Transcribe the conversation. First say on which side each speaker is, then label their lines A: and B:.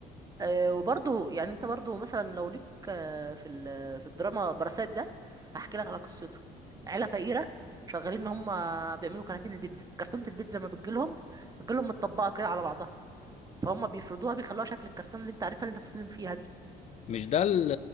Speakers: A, on the right; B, on the left.
A: أه وبرضه يعني أنت برضه مثلا لو ليك آه، في ال- في الدراما براسات ده هحكي لك على قصته عيلة فقيرة شغالين إن هم بيعملوا كراتين البيتزا كرتونة البيتزا ما بتجيلهم بتجيلهم متطبقة كده على بعضها فهم بيفردوها بيخلوها شكل الكرتون اللي أنت عارفها اللي أنت بتستلم فيها دي
B: مش ده ال-